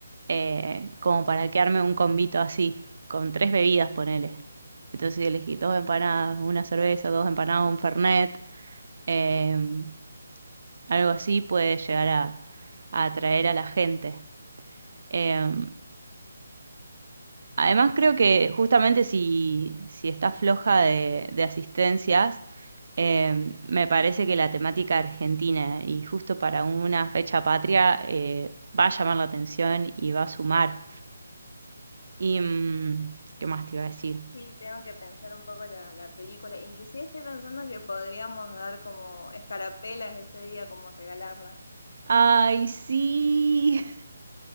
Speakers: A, on the right (about 60°); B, on the left (about 65°).
A: eh, como para que arme un combito así, con tres bebidas, ponele. Entonces elegí dos empanadas, una cerveza, dos empanadas, un fernet. em, algo así puede llegar a, a atraer a la gente. Eh, además, creo que justamente si, si está floja de, de asistencias, eh, me parece que la temática argentina y justo para una fecha patria eh, va a llamar la atención y va a sumar. Y, mm, ¿qué más te iba a decir?
B: Sí, tengo que pensar un poco la, la película. Inclusive estoy pensando que podríamos dar como escarapelas ese día, como regalarla.
A: Ay, sí.